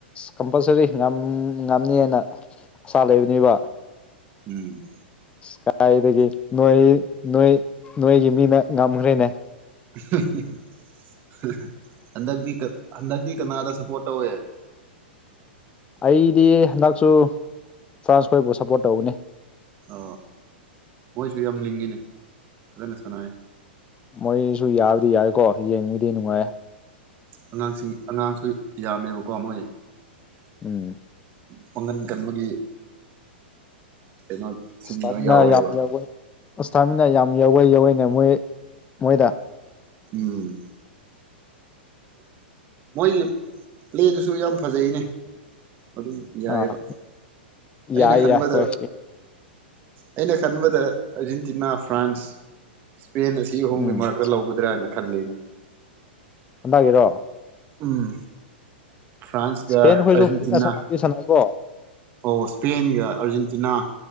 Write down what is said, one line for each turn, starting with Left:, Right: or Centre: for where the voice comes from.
Left: ꯀꯝꯄꯜꯁꯔꯤ ꯉꯝ ꯉꯝꯅꯤꯅ ꯑꯁꯥ ꯂꯩꯕꯅꯦꯕ
Right: ꯎꯝ
Left: ꯀꯥꯗꯥꯏꯗꯒꯤ ꯅꯣꯏ ꯅꯣꯏ ꯅꯣꯏꯒꯤ ꯃꯤꯅ ꯉꯝꯒ꯭ꯔꯦꯅꯦ
Right: ꯍꯨ ꯍꯨ ꯍꯨ ꯍꯟꯗꯛꯇꯤ ꯍꯟꯗꯛꯇꯤ ꯀꯅꯥꯗ ꯁꯄꯣꯔꯠ ꯇꯧꯋꯦ
Left: ꯑꯩꯗꯤ ꯍꯟꯗꯛꯁꯨ ꯐ꯭ꯔꯥꯟꯁ ꯈꯣꯏꯕꯨ ꯁꯞꯄꯣꯔꯠ ꯇꯧꯒꯅꯤ
Right: ꯑ ꯃꯣꯏꯁꯨ ꯌꯥꯝ ꯂꯤꯡꯉꯤꯅꯦ ꯐꯖꯅ ꯁꯥꯟꯅꯩꯌꯦ
Left: ꯃꯣꯏꯁꯨ ꯌꯥꯕꯗꯤ ꯌꯥꯏꯀꯣ ꯌꯦꯡꯕꯨꯗꯤ ꯅꯨꯡꯉꯥꯏ
Right: ꯑꯉꯥꯡꯁꯤꯡ ꯑꯉꯥꯡꯁꯨ ꯌꯥꯝꯃꯦꯕꯀꯣ ꯃꯣꯏ
Left: ꯎꯝ
Right: ꯄꯥꯡꯒꯟ ꯀꯟꯕꯒꯤ ꯀꯩꯅꯣꯁꯤꯡꯗ
Left: ꯏꯁꯇꯥꯃꯤꯅꯥ
Right: ꯌꯥꯎꯋꯦꯕ
Left: ꯌꯥꯝ ꯌꯧꯋꯦ ꯏꯁꯇꯥꯃꯤꯅꯥ ꯌꯥꯝ ꯌꯧꯋꯦ ꯌꯧꯋꯦꯅꯦ ꯃꯣꯏ ꯃꯣꯏꯗ
Right: ꯎꯝ ꯃꯣꯏꯒꯤ ꯄ꯭ꯂꯦꯗꯨꯁꯨ ꯌꯥꯝ ꯐꯖꯩꯅꯦ ꯑꯗꯨꯝ ꯌꯥꯏꯑꯕ
Left: ꯑꯥ
Right: ꯑꯩꯅ
Left: ꯌꯥꯏ
Right: ꯈꯟꯕꯗ
Left: ꯌꯥꯏ ꯍꯣꯏ
Right: ꯑꯩꯅ ꯈꯟꯕꯗ ꯑꯔꯖꯦꯟꯇꯤꯅꯥ ꯐ꯭ꯔꯥꯟꯁ ꯏꯁꯄꯦꯟ ꯑꯁꯤ ꯑꯍꯨꯞꯒꯤ
Left: ꯎꯝ
Right: ꯃꯔꯛꯇ ꯂꯧꯒꯗ꯭ꯔꯥꯅ ꯈꯜꯂꯤꯅꯦ
Left: <unintelligible>
Right: ꯎꯝ ꯐ꯭ꯔꯥꯟꯁꯀ
Left: ꯏꯁꯄꯦꯟ ꯈꯣꯏꯁꯨ
Right: ꯑꯔꯖꯦꯟꯇꯤꯅꯥ
Left: ꯐꯖꯅ ꯁꯥꯟꯅꯗꯤ ꯁꯥꯟꯅꯩꯀꯣ
Right: ꯑꯣ ꯁ꯭ꯄꯦꯟꯒ ꯑꯥꯔꯖꯦꯟꯇꯤꯅꯥ